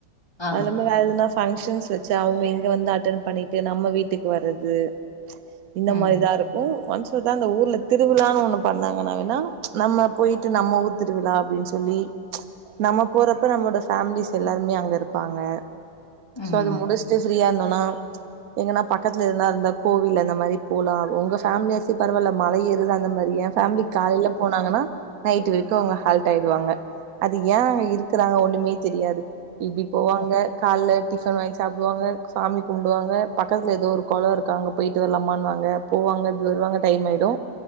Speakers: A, on the left (about 15°); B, on the right (about 60°).
A: ஆ
B: அதுலா ம வேற எதுனா ஸ் பங்க்ஷன்ஸ் வச்சு அவுங்க இங்க வந்து அட்டன் பண்ணிட்டு நம்ம வீட்டுக்கு வறது இந்த
A: ம்
B: மாரிதா இருக்கு ஒன்ஸ் தா இந்த ஊர்ல திருவிழானு ஒண்ணு பண்ணாங்கன்னான்ன நம்ம போயிட்டு நம்ம ஊர் திருவிழா அப்டின் சொல்லி நம்ம போறப்ப நம்மோட ஃபேமிலிஸ் எல்லாருமே அங்க இருப்பாங்க
A: ம்
B: சோ அது முடிஷ்ட்டு ஃப்ரீயா இருந்தன்னா எங்கனா பக்கத்துல இருந்தா இருந்தா கோவில் அந்த மாரி போலா உங்க ஃபேமிலி ஆச்சு பரவால்ல மலை ஏறது அந்த மாரி எ ஃபேமிலி காலையல போனாங்கன்னா நைட்டு வரைக்கு அவுங்க ஹால்ட் ஆயிடுவாங்க அது ஏ இருக்கறாங்க ஒண்ணுமே தெரியாது இப்டி போவாங்க கால்ல டிஃபன் வாங்கி சாப்டுவாங்க சாமி கும்புடுவாங்க பக்கத்துல ஏதோ ஒரு கொள இருக்கா அங்க போயிட்டு வரலம்மான் வாங்க போவாங்க இப்டி வருவாங்க டைம் ஆயிடு